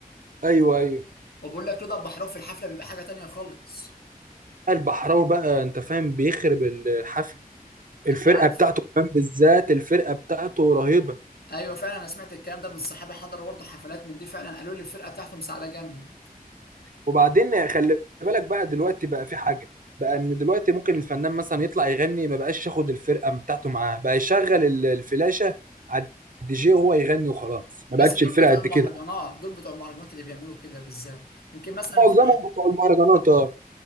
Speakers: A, on the right (about 60°); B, on the left (about 80°).
A: ايوه ايوه
B: وبقول لك رضا البحراوي في الحفله بيبقى حاجه تانية خالص
A: البحراوي بقى انت فاهم بيخرب الحفله الفرقه
B: انت عارف
A: بتاعته كمان بالذات الفرقه بتاعته رهيبه
B: ايوه فعلا انا سمعت الكلام ده من صحابي حضروا برضه حفلات من دي فعلا قالوا لي الفرقه بتاعتهم سعاده جامد
A: وبعدين خلي بالك بقى دلوقتي بقى في حاجه بقى ان دلوقتي ممكن الفنان مثلا يطلع يغني ما بقاش ياخد الفرقه بتاعته معاه بقى يشغل ال- الفلاشه على الدي جي وهو يغني وخلاص ما
B: بس
A: بقتش
B: دول
A: الفرقه
B: بتوع
A: قد
B: المهرجانات
A: كده
B: دول بتوع المهرجانات اللي بيعملوا كده بالذات يمكن مثلا
A: معظمهم
B: في الح...
A: بتوع المهرجانات آه.